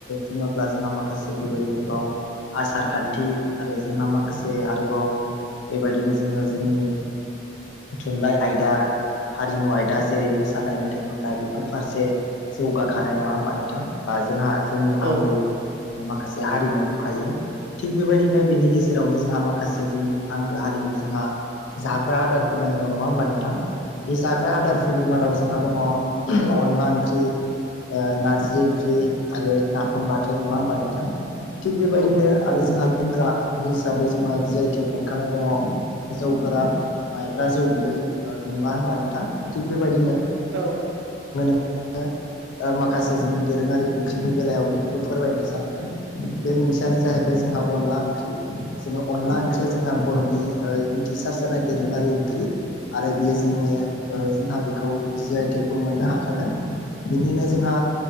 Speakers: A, on the left (about 85°); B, on the right (about 80°).
A: बुङोब्ला जोंहा माखासे बेबायदिनो बाव आसार खान्थि आरो जोंहा माखासे आरोबाव बेबायदिनो जोङो जोंनि थुनलाइ आयदा हारिमु आयदा जेरै मोसानाय मेथाइ खननाय बेफोर फारसे जौगाखानाय नङा होमबा नोंथां बा जोंहा जोंनि
B: औ
A: आंगो माखासे हारिमु दंखायो थिग बेबायदिनो बेनि गेजेरावनो जोंहा माखासे जोंनि आंगो हारिमु जोंहा जाग्रा आदारफोर दंबावो नङा होमबा नोंथां बे जाग्रा आदारफोरनि मादाव जोंहा दङ अनला ओंख्रि नारजि ओंख्रि आरो नाफाम बाथोन नङा होमबा नोंथां थिग बेबायदिनो
B: औ
A: आरो जोंहा लोंग्रा हिसाबै जोंहा जि आइ टेक मोन खानाय दङ जौ गोरान माइब्रा जौ बिहै नङा होनबा नोंथां थिग बेबायदिनो
B: औ
A: नो ओ माखासे जोंनि दोरोङारि ओंख्रिनि बेलायाव मोनसेखौ फोरमायनो सानदों बे मोनसेयानो जाहैबाय जों जोंहा अनला ओंख्रि जोंहा अनला ओंख्रिया जोंहा बर'नि मिथिसार जानाय दोरोङारि ओंख्रि आरो बेयो जोंनो जोंहा बेखौ जि आइ टेकबो मोननो हाखादों बिनिनो जोंहा